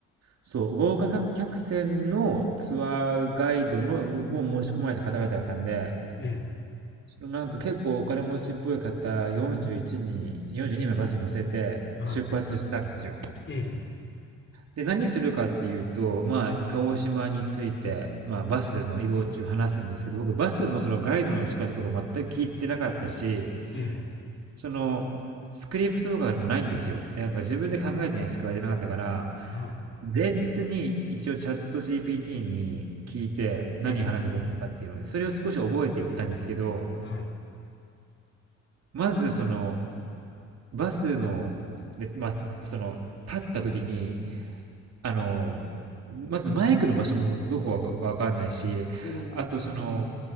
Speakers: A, on the right; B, on the left.
A: そう、豪華客船のツアーガイドのを申し込まれた方々だったんで、
B: ええ、
A: そのなんか結構お金持ちっぽい方41人、42名バスに乗せて出発したんですよ。
B: はい。え
A: で、何するかっていうと、まあ、鹿児島について、まあ、バスの移動中話すんですけど、僕、バスのそのガイドの仕方とか全く聞いてなかったし、
B: え、ええ、
A: その、スクリプトとかもないんですよ。でなんか自分で考えてないしか言われてなかったから、
B: はい。
A: 前日に一応チャット GPT に聞いて何話せばいいのかっていうので、
B: ええ、
A: それを少し覚えていったんですけど、
B: はい。
A: まずその、バスの、で、まあ、その、立った時に、あの、まずマイクの場所もどこかがわかんないし、
B: おー、
A: あとその、